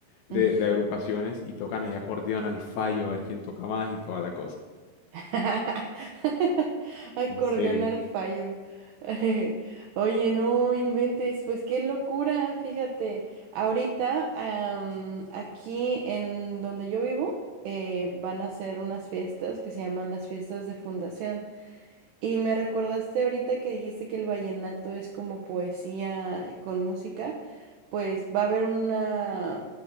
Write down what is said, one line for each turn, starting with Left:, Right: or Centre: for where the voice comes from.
Left: de,
Right: <laughs>
Left: de agrupaciones y tocan ahí acordeón al fallo, a ver quién toca más y toda la cosa.
Right: <laughs> Acordeón
Left: En serio.
Right: al fallo. <laughs> Oye, no inventes, pues qué locura, fíjate. Ahorita, am, aquí en donde yo vivo, eh, van a hacer unas fiestas que se llaman las fiestas de fundación. Y me recordaste ahorita que dijiste que el vallenato es como poesía con música, pues va a haber una,